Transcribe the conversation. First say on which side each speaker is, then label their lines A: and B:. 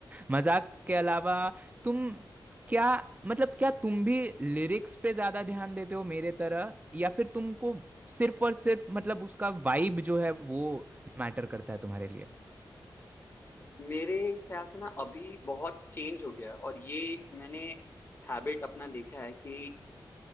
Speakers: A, on the right (about 20°); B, on the left (about 30°).
A: मजाक के अलावा तुम क्या मतलब क्या तुम भी लिरिक्स पे ज्यादा ध्यान देते हो मेरे तरह या फिर तुमको सिर्फ और सिर्फ मतलब उसका वाइब जो है वो मैटर करता है तुम्हारे लिए
B: मेरे ख्याल से ना अभी बहुत चेंज हो गया है और ये मैंने हैबिट अपना देखा है कि